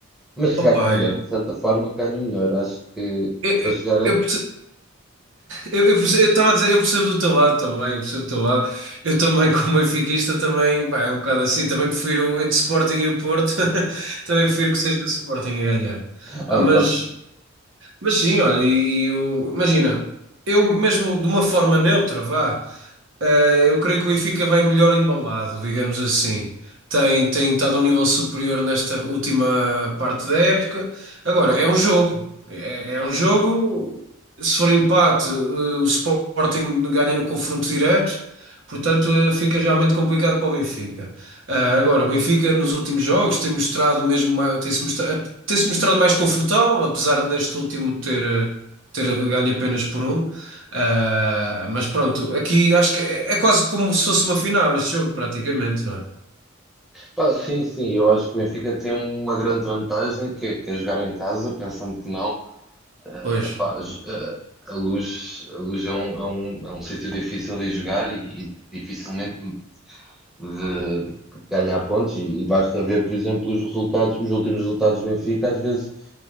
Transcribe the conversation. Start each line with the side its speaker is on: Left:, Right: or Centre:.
Centre: Mas que
Right: Opa,
Centre: ganha melhor, de certa forma, que ganha melhor. Acho que
Right: eu,
Centre: para chegar a.
Right: eu,
Centre: <laughs>
Right: eu, Eu, eu perce- eu estava a dizer, eu percebo do teu lado também, eu percebo do teu lado. Eu também, como benfiquista, também, pá, é um bocado assim. Também prefiro entre Sporting e o Porto, <laughs> também prefiro que seja o Sporting a ganhar.
Centre: Ah,
Right: Pá,
Centre: então,
Right: mas mas sim, olha, e eu- imagina, eu mesmo de uma forma neutra, vá, eh, eu creio que o Benfica vai melhor embalado, digamos assim. Tem, tem estado a um nível superior nesta última parte da época. Agora, é um jogo. É, é um jogo. Se for empate, eh, o Sporting ganha no confronto direto, portanto, eh, fica realmente complicado para o Benfica. Ah, agora, o Benfica nos últimos jogos tem mostrado mesmo, tem-se mostrado, tem-se mostrado mais confortável, apesar de neste último ter, eh, ter ganho apenas por um. Ah, mas pronto, aqui acho que é, é quase como se fosse uma final este jogo, praticamente, não é?
Centre: pá, sim, sim, eu acho que o Benfica tem uma grande vantagem, que é, que é jogar em casa, pensando que não. eh,
Right: Pois,
Centre: epá, j- eh, a Luz, a Luz é um, é um, é um sítio difícil de jogar e, e dificilmente de ganhar pontos e, e basta ver, por exemplo, os resultados, os últimos resultados do Benfica, às vezes,